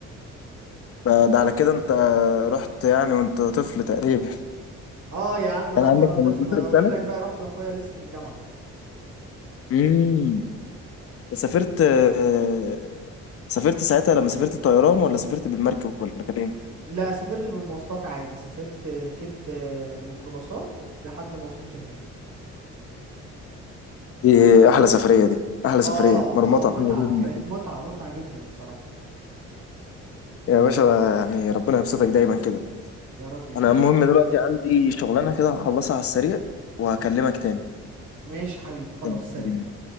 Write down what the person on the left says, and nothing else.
فده على كده انت رحت يعني وانت طفل تقريبا
كان عندك
15
سنة
امم سافرت آه، سافرت ساعتها لما سافرت الطيران ولا سافرت بالمركب ولا كان ايه
دي احلى سفرية دي احلى
سفرية مرمطة
حاجة جامدة
كده
يا باشا يعني ربنا يبسطك دايما كده
انا
المهم
دلوقتي عندي شغلانة كده هخلصها على السريع وهكلمك تاني
تمام.